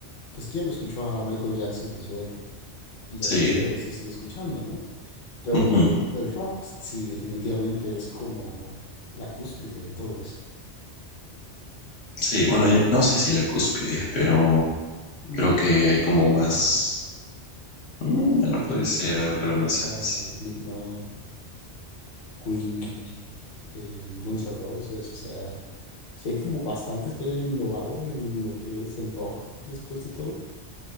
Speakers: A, on the left; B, on the left.
A: pues quién no escuchó a Michael Jackson en su época y
B: Sí,
A: hasta el día de hoy se sigue escuchando, ¿no? Pero
B: ujú.
A: el rock sí definitivamente es como la cúspide de todo eso.
B: sí, bueno, eh, no sé si la cúspide, pero
A: Mm,
B: creo
A: Pues
B: que
A: yo creo
B: hay
A: que es
B: como
A: mayor
B: más...
A: parte.
B: Mm, ya no puede
A: Hay muchos
B: ser
A: exponentes,
B: ahora que lo mencionas.
A: está Slipknot, Queen, eh, Guns N' Roses, o sea, Sí, hay como bastantes que hayan innovado en lo que es el rock después de todo.